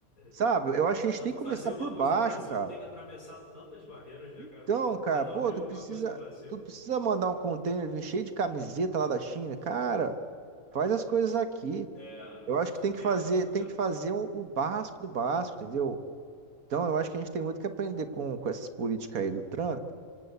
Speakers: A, on the right; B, on the left.
A: Sabe,
B: <laughs>
A: eu acho que a gente
B: Para
A: tem
B: tu
A: que
B: fazer
A: começar
B: uma
A: por
B: coisa
A: baixo,
B: no Brasil,
A: cara.
B: tu tem que atravessar tantas barreiras, né,
A: Então,
B: cara? Para tu,
A: cara,
B: para tu
A: pô,
B: abrir
A: tu
B: alguma
A: precisa,
B: coisa no Brasil.
A: tu precisa mandar um container vir cheio de camiseta lá da China. Cara, faz as coisas aqui.
B: é
A: Eu acho
B: Te
A: que tem
B: entendo,
A: que fazer,
B: te entendo.
A: tem que fazer o o básico do básico, entendeu? Então, eu acho que a gente tem muito que aprender com, com essas políticas aí do Trump.